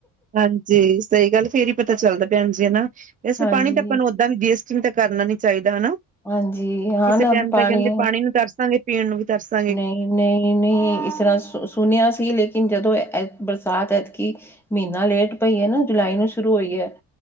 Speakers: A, on the right; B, in the centre.
A: ਹਾਂਜੀ, ਸਹੀ ਗੱਲ ਫਿਰ ਹੀ ਪਤਾ ਚੱਲਦਾ ਭੈਣਜੀ ਹਨਾ, ਵੈਸੇ
B: ਹਾਂਜੀ
A: ਪਾਣੀ ਤਾਂ ਆਪਾਂ ਨੂੰ ਸਾਨੂੰ ਵੇਸਟ ਤੇ ਕਰਨਾ ਨਹੀਂ ਚਾਹੀਦਾ ਹਨਾ
B: ਹਾਂਜੀ, ਹੁਣ
A: ਕਿਸੇ ਟਾਈਮ
B: ਪਾਣੀ
A: ਤਾਂ ਕਹਿੰਦੇ ਨੂੰ ਪੀਣ ਨੂੰ ਵੀ ਦਰਸਾ
B: ਨਹੀਂ -ਨਹੀਂ ਇਸ ਤਰਾਂ ਸੁਣਿਆ ਸੀ ਲੇਕਿਨ ਜਦੋਂ ਬਰਸਾਤ ਐਤਕੀ ਮਹੀਨਾ ਲੇਟ ਪਈ ਨਾ ਜੁਲਾਈ ਨੂੰ ਸ਼ੁਰੂ ਹੋਈ ਹੈ